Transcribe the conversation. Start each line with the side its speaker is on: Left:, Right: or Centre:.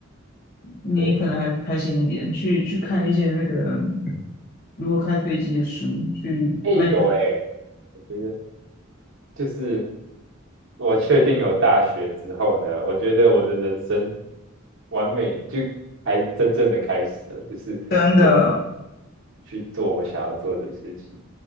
Left: 你可能还开心一点，
Right: 对。
Left: 去去看一些那个如何开飞机的书，去钻研。
Right: 哎、有哎、我觉得就是我确定有大学之后呢，我觉得我的人生完美就才真正的开始了，就是我
Left: 真的，
Right: 去做我想要做的事情。